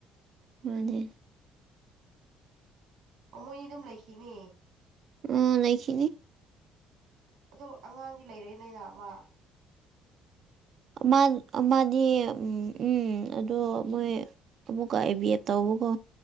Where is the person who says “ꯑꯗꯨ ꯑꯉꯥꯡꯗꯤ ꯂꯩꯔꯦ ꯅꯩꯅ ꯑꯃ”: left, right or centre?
Right